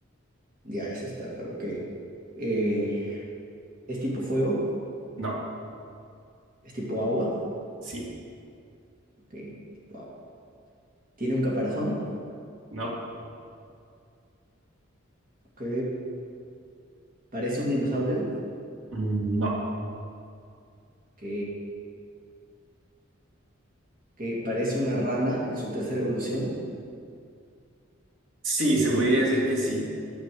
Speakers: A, on the right (about 45°); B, on the right (about 75°).
A: Ya, es starter, ok. Eh, ¿es tipo fuego?
B: No.
A: ¿Es tipo agua?
B: Sí.
A: Ok, tipo agua. ¿Tiene un caparazón?
B: No.
A: Ok. ¿Parece un dinosaurio?
B: Mm, No.
A: Ok. Ok. ¿Parece una rana en su tercera evolución?
B: Sí, se podría decir que sí.